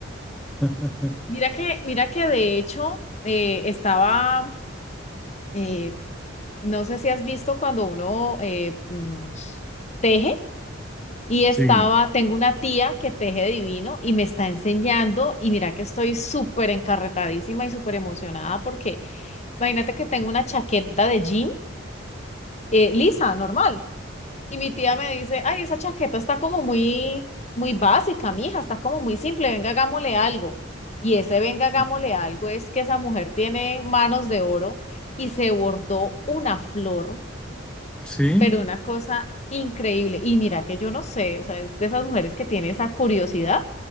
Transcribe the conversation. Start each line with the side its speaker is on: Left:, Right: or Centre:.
Centre: <laughs>
Left: Mira que, mira que de hecho eh, estaba, eh, No sé si has visto cuando uno eh, mm, teje y estaba,
Centre: sí,
Left: tengo una tía que teje divino y me está enseñando y mira que estoy súper encarretadísima y súper emocionada porque imagínate que tengo una chaqueta de jean eh, lisa, normal. Y mi tía me dice, ay, esa chaqueta está como muy, muy básica, mija, está como muy simple, venga, hagámosle algo. Y ese venga,
Centre: sí,
Left: hagámosle algo es que esa mujer tiene manos de oro y se bordó una flor
Centre: sí,
Left: pero una cosa increíble. Y mira que yo no sé, o sea, es de esas mujeres que tiene esa curiosidad